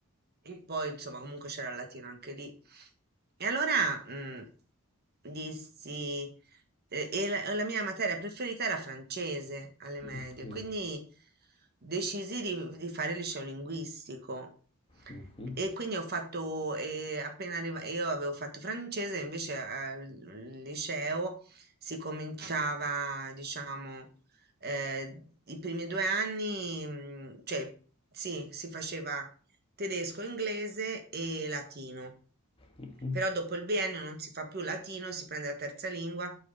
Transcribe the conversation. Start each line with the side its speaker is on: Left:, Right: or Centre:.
Right: e poi, insomma, comunque c'era il latino anche lì. E allora mm, dissi, eh, e la, la mia materia preferita era francese alle medie,
Left: Mm,
Right: quindi decisi di, di fare il liceo linguistico.
Left: mhm,
Right: E quindi ho fatto, eh, appena arriva- io avevo fatto francese, invece al al liceo si cominciava, diciamo, eh, i primi due anni, mm, cioè sì, si faceva tedesco, inglese e latino.
Left: mhm.
Right: Però dopo il biennio non si fa più latino, si prende la terza lingua